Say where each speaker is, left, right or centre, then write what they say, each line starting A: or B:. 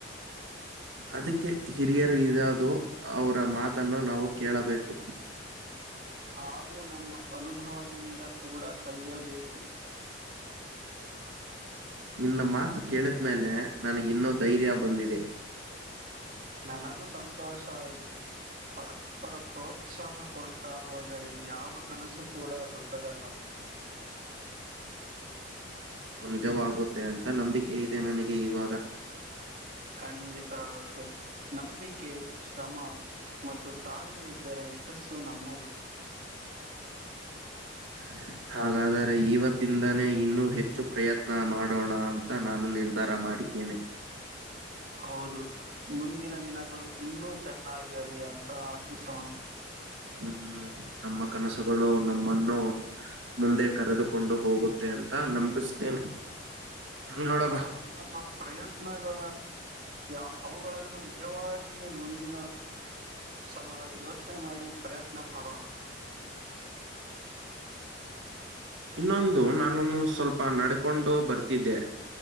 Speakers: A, on the right; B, on the right.
A: ಅದಕ್ಕೆ ಹಿರಿಯರು ಇರದು ಅವರ ಮಾತನ್ನು ನಾವು ಕೇಳಬೇಕು. ಕಪ್ಪಸ್
B: ಹಾಗೂ ನಮ್ಮ ಅನುಭವದಿಂದ ಕೂಡ ಕಲಿಯಬೇಕು.
A: ನಿನ್ನ ಮಾತು ಕೇಳಿದ್ಮೇಲೆ ನನಗೆ ಇನ್ನೂ ಧೈರ್ಯ ಬಂದಿದೆ.
B: ನನಗೂ ಸಂತೋಷ ಆಯ್ತು. ಪರಸ್ಪರ ಪ್ರೋತ್ಸಾಹ ಕೊಡ್ತಾ ಹೋದರೆ ಯಾವ ಕನಸು ಕೂಡ ದೊಡ್ಡದಲ್ಲ.
A: ನಿಜವ ಆಗುತ್ತೆ ಅಂತ ನಂಬಿಕೆ ಇದೆ ನನಗೆ ಇವಾಗ.
B: ಖಂಡಿತ ಆಗುತ್ತೆ ನಂಬಿಕೆ ಶ್ರಮ ಮತ್ತು ತಾಳ್ಮೆ ಇದ್ದರೆ ಯಶಸ್ಸು ನಮ್ಮದೇ.
A: <inaudible> ಹಾಗಾದರೆ ಇವತ್ತಿಂದಾನೇ ಇನ್ನ ಹೆಚ್ಚು ಪ್ರಯತ್ನ ಮಾಡೋಣ ಅಂತ ನಾನು ನಿರ್ಧಾರ ಮಾಡಿ ಏನೆ
B: ಹೌದು ಮುಂದಿನ ದಿನಗಳು ಇನ್ನೂ ಚೆನ್ನಾಗಿ ಇರಲಿ ಅಂತ ಆಶಿಸೋಣ.
A: ಹ್ಮ್ ನಮ್ಮ ಕನಸುಗಳು ನಮ್ಮನ್ನು ಮುಂದೆ ಕರೆದುಕೊಂಡು ಹೋಗುದು ದೆ ಅಂತ ನಂಬಿಸ್ತೇನೆ. ನೋಡದ
B: ಹಾಗು ನಮ್ಮ ಪ್ರಯತ್ನಗಳ ಯ ಅವುಗಳನ್ನು ನಿಜವಾಗಿ ಹಾಗ ಮುಂದಿನ ಸಲ ಯೋಚನೆ ಮಾಡಿ ಪ್ರಯತ್ನ ಪಡೋಣ.
A: ಇನ್ನೊಂದು ನಾನೊಂದು ಸ್ವಲ್ಪ ನಡ್ಕೊಂಡು ಬರ್ತಿದ್ದೆ.